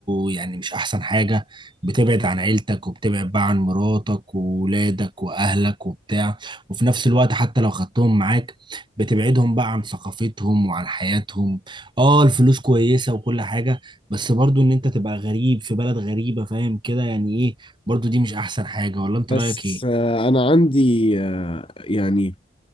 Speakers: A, on the right; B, on the left.
A: يعني مش احسن حاجة بتبعد عن عيلتك وبتبعد بقى عن مراتك وولادك واهلك وبتاع وفي نفس الوقت حتى لو خدتهم معاك بتبعدهم بقى عن ثقافتهم وعن حياتهم اه الفلوس كويسة وكل حاجة بس برضو ان انت تبقى غريب في بلد غريبة فاهم كده يعني ايه برضو دي مش احسن حاجة ولا انت
B: بس
A: رأيك ايه
B: آه، انا عندي آه، يعني